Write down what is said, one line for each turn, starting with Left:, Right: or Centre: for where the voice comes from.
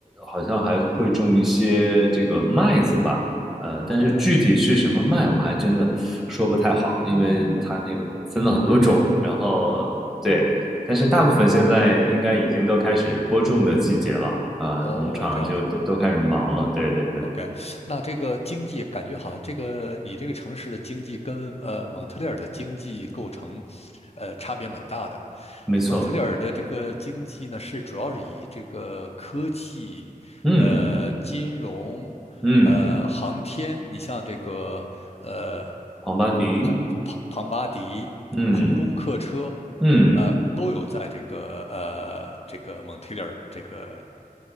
Centre: 好像还会种一些这个麦子吧，呃，但是具体是什么麦我还真的说不太好，
Left: 哦，
Centre: 因为它那个分了很多种，然后对。但是大部分现在应该已经都开始播种的季节了，啊、
Left: 哦，
Centre: 农场就都都开始忙了。
Left: 这样子。
Centre: 对对对，
Left: OK，那这个经济感觉好像这个你这个城市的经济跟呃蒙特利尔的经济构成，呃差别蛮大的。
Centre: 没错。
Left: 蒙特利尔的这个经济呢，是主要是以这个科技、
Centre: 嗯
Left: 呃金融、
Centre: 嗯，
Left: 呃航天，你像这个呃
Centre: 庞巴迪，
Left: 很庞庞巴迪空中客车，
Centre: 嗯嗯
Left: 呃都有在这个呃这个蒙特利尔这个